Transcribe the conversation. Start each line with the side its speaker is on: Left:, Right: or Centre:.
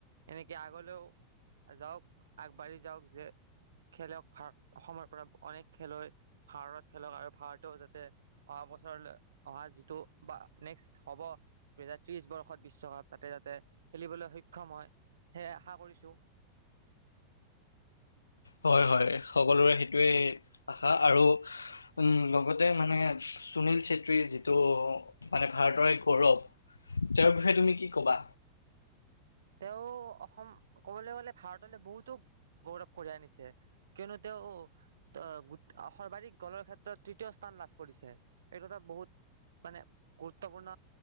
Right: এনে কে আগলৈও যাওঁক আগবাঢ়ি যাওঁক যে খেলক ভাগ অসমৰ পৰা অনেক খেলুৱৈ ভাৰতত খেলক আৰু ভাৰতেও যাতে অহা ব ছৰলৈ অহা যিটো বা নেক্স হ'ব দুহেজাৰ ত্ৰিশ বৰ্ষত বিশ্বকাপ তাতে যাতে খেলিবলৈ সক্ষম হয় সেয়েহে আশা কৰিছো
Left: হয়-হয়, সকলোৰে সেইটোৱে আশা আৰু উম লগতে মানে সুনীল চেত্ৰীৰ যিটো মানে ভাৰতৰে গৌৰৱ তেওঁৰ বিষয়ে তুমি কি কবা?
Right: তেওঁ অসম ক'বলৈ গলে ভাৰতলৈ বহুতো গৌৰৱ কঢ়িয়াই আনিছে, কিয়নো তেওঁ আহ গোত সৰ্বাধিক গোলৰ ক্ষেত্ৰত তৃতীয় স্থান লাভ কৰিছে এইটো এটা বহুত মানে গুৰুত্বপূৰ্ণ